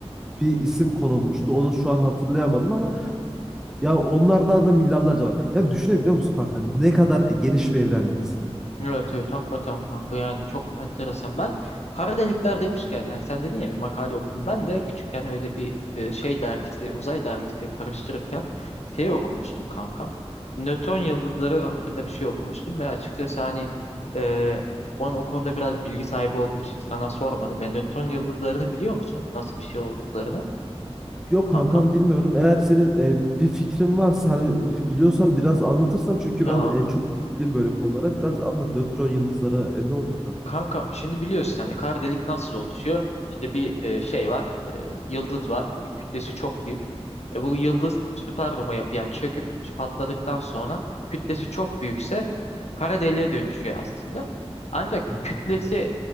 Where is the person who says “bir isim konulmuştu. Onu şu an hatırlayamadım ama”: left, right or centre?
Centre